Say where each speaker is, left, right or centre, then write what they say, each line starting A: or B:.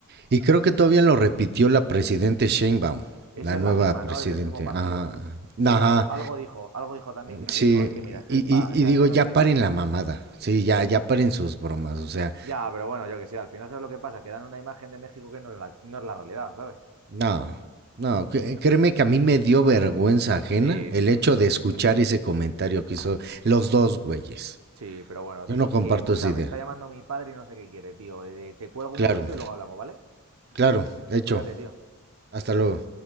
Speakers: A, on the right; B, on the right.
A: y creo que todavía lo repitió la presidente Sheinbaum,
B: Esa
A: la
B: es
A: nueva
B: la misma,
A: presidente.
B: ¿no? Es del mismo partido.
A: Ajá,
B: Sí,
A: ajá,
B: algo, algo dijo, algo dijo también que es
A: sí.
B: que digo, es que mira, es que,
A: Y,
B: es
A: y,
B: pa- o sea,
A: y digo,
B: es que no
A: ya
B: entiendo.
A: paren
B: O sea,
A: la mamada. Sí, ya,
B: sí.
A: ya paren sus bromas. O sea,
B: Ya, pero bueno, yo qué sé, al final sabes lo que pasa, que dan una imagen de México que no es la, no es la realidad, ¿sabes?
A: no, no, cre- créeme que a mí me dio vergüenza ajena
B: Sí,
A: el hecho de escuchar ese comentario que hizo los dos güeyes.
B: sí, pero bueno, tío.
A: Yo no comparto
B: Que escucha,
A: esa idea.
B: me está llamando mi padre y no sé qué quiere, tío. Eh, Te cuelgo
A: Claro,
B: un momento y luego hablamos, ¿vale?
A: claro, hecho.
B: Cuídate, tío.
A: Hasta luego.